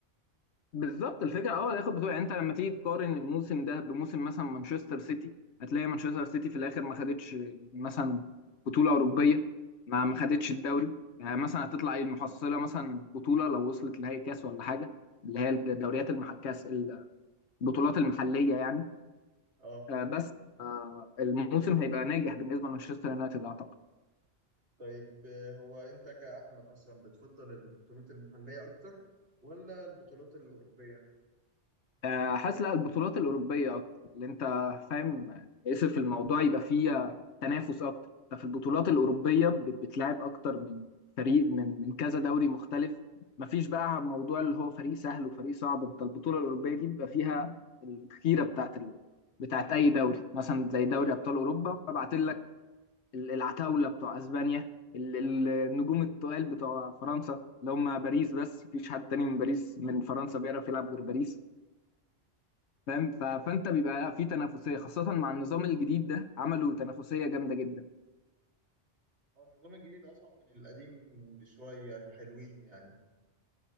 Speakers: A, on the left; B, on the right.
A: بالظبط الفكره اه هياخد بطوله يعني انت لما تيجي تقارن الموسم ده بموسم مثلا مانشستر سيتي هتلاقي مانشستر سيتي في الاخر ما خدتش مثلا بطوله اوروبيه ما ما خدتش الدوري يعني مثلا هتطلع ايه المحصله مثلا بطوله لو وصلت لهي كاس ولا حاجه اللي هي الدوريات المحكاس البطولات المحليه يعني
B: أه
A: آه، بس آه الموسم هيبقى ناجح بالنسبه لمانشستر يونايتد اعتقد
B: طيب آه، هو أنت كأحمد أصلا بتفضل البطولات المحلية أكتر ولا البطولات الأوروبية؟
A: آه، حاسس لا البطولات الأوروبية أكتر اللي أنت فاهم اسف الموضوع يبقى فيه تنافس أكتر أنت في البطولات الأوروبية ب- بتلعب أكتر من فريق من من كذا دوري مختلف مفيش بقى موضوع اللي هو فريق سهل وفريق صعب أنت البطولة الأوروبية دي بيبقى فيها الخيرة بتاعت ال... بتاعت أي دوري مثلا زي دوري
B: أه
A: أبطال أوروبا فبعت لك ال- العتاولة بتوع أسبانيا ال- ال- النجوم التقال بتوع فرنسا اللي هم باريس بس مفيش حد تاني من باريس من فرنسا بيعرف يلعب غير باريس فاهم ف- فانت بيبقى لا، في تنافسيه خاصه مع النظام الجديد ده عملوا تنافسيه جامده جدا
B: هو النظام الجديد أصعب من القديم بشوية حلوين يعني